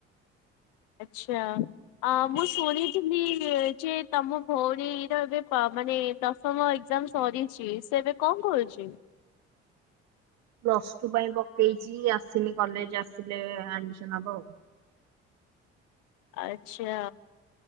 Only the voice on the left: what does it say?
ଆଚଛା। ଅ ମୁଁ ଶୁଣିଥିଲି ଯେ ତମ ଭଉଣୀର ଏବେ ପ ମାନେ ଦଶମ ଏଗଜାମ ସରିଛି ସେ ଏବେ କଣ କରୁଛି?
ଆଛା